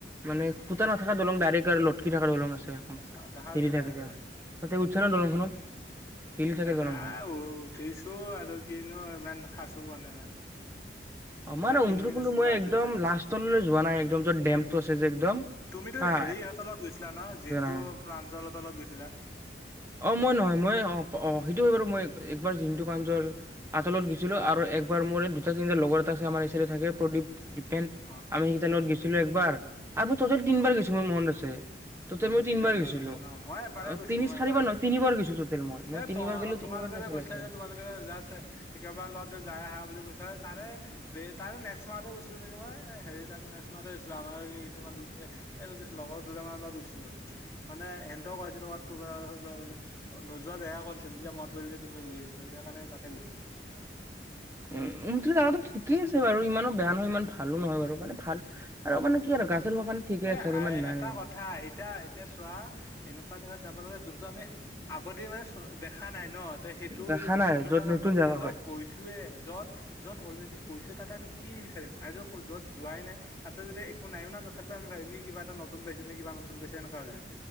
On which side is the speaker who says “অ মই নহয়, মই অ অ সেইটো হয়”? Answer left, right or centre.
Right